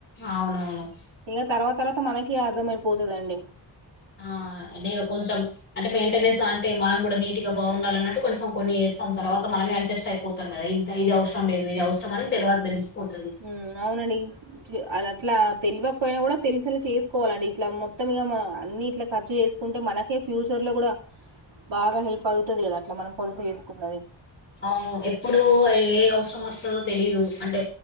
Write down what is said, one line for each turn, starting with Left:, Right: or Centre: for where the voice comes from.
Left: అవునవును
Right: ఇంగ తర్వాత తర్వాత మనకి అర్థమయిపోతుదండి
Left: ఆ అంటే ఇగ కొంచెం అంటే మెయింటెన్స్ అంటే, మనం కూడా నీటుగా బాగుండాలన్నట్టు కొంచెం కొన్ని చేస్తాం. తర్వాత మనమే అడ్జస్ట్ అయి పోతాం కదా ఇ ఇది అవసరం లేదు ఇది అవసర అని తర్వాత తెలిసిపోతది.
Right: మ్ అవునడి అది అట్లా తెల్వకపోయినా కూడ, తెలిసేలా చేసుకోవాలండి. ఇట్లా మొత్తం ఇగ అన్ని ఇట్లా ఖర్చు చేసు కుంటే మనకే ఫ్యూచర్ లో కూడా బాగా హెల్ప్ అవుతది కదా అట్ల మనం పొదుపు చేసుకున్నది.
Left: అవును ఎప్పుడు ఏ అవసరం వస్తదో తెలీదు అంటే